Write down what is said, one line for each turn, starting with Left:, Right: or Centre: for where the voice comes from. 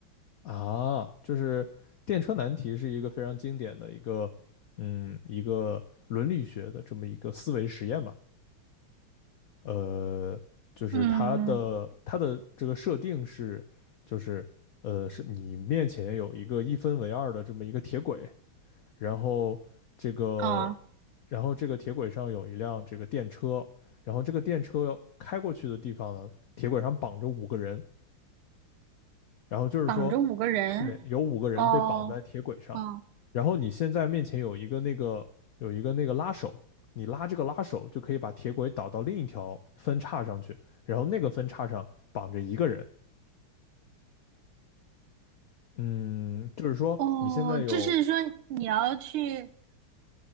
Left: 啊，就是电车难题是一个非常经典的一个，嗯，一个伦理学的这么一个思维实验嘛。呃，就是它的它的这个设定是，
Right: 嗯嗯，
Left: 就是呃，是你面前有一个一分为二的这么一个铁轨，然后这个，
Right: 啊，
Left: 然后这个铁轨上有一辆这个电车，然后这个电车开过去的地方呢，铁轨上绑着五个人，然后就是说，
Right: 绑着五个人，
Left: 对，有五个人被绑在铁轨上，
Right: 哦，哦
Left: 然后你现在面前有一个那个有一个那个拉手，你拉这个拉手就可以把铁轨导到另一条分叉上去，然后那个分叉上绑着一个人。嗯，就是说你现在有，
Right: 哦，就是说你要去，